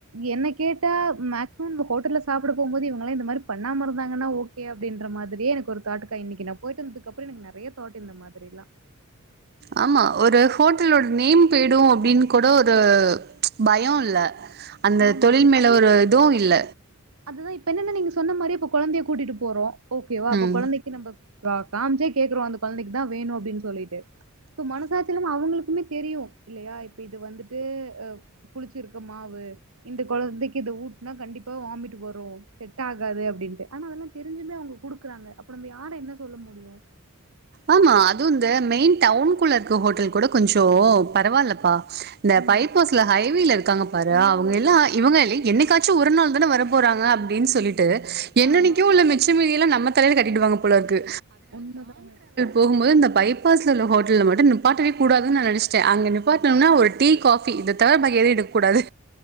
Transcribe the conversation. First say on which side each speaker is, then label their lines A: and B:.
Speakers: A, on the right; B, on the right.
A: என்ன கேட்டா மேக்சிமம் நம்ம ஹோட்டல்ல சாப்பட போகும் போது இவங்காம் இந்த மாரி பண்ணாம இருந்தாங்கன்னா ஓகே அப்டின்ற மாரியே எனக்கு ஒரு தாட்டுக்கா இன்னைக்கி நான போயிட்டு இருந்ததுக்குப்பறம் எனக்கு நெறைய தாட் இந்த மாரில்லாம்
B: ஆமா ஒரு ஹோட்டலோட நேம் போயிடும் அப்படின்னு கூட ஒரு பயம் இல்ல அந்த
A: ஆமா.
B: தொழில் மேல
A: அது
B: ஒரு இதுவும் இல்ல
A: அதுதான் இப்ப என்னென்ன நீங்க சொன்ன மாதிரி இப்ப குழந்தைய கூட்டிட்டு போறோம் ஓகேவா அப்ப
B: ம்
A: கொழந்தைக்கு நம்ம காமிச்சே கேக்குறோம் அ கொழந்தைக்கு தான் வேணும் அப்டின்னு சொல்லிட்டு சோ மனசாச்சலமா அவங்களுக்குமே தெரியும் இல்லயா இப்ப இது வந்துட்டு அ புளிச்சிருக்க மாவு இந்த கொழந்தைக்கு இத ஊட்டுனா கண்டிப்பா வாமிட் வரும் செட் ஆகாது அப்டின்ட்டு ஆனா அதெல்லாம் தெரிஞ்சுமே அவங்க குடுக்குறாங்க அப்ப நம்ம யார என்ன சொல்ல முடியும்
B: ஆமா அது வ இந்த மெயின் டவுனுக்குள்ள இருக்க ஹோட்டல் கூட கொஞ்சம் பரவாலப்பா இந்த
A: ம்.
B: பைப்பாஸ்ல ஹைவேல இருக்காங்க பாரு
A: ஐயோ!
B: அவங்க
A: ஒர்ஸ்ட்டு
B: எல்லாம் இவங்க என்னை கா ஒரு நாள் தான வர போறாங்க அப்டின்னு சொல்லிட்டு என்னனைக்கும்
A: ஆமா.
B: உள்ள மிச்சமதிய நம்ம தலையில கட்டிட்டுவாங்க போலருக்கு
A: ஒன்பதாவது
B: போகும்போது இந்த பைபாஸ்ல உள்ள ஹோட்டல்ல மட்டும் நிப்பாட்டவே கூடாதுன்ன நினைச்சிட்டேன் அங்க நிப்பாணும்னா ஒரு டீ காஃபி இதை தவிர எடுக்க கூடாது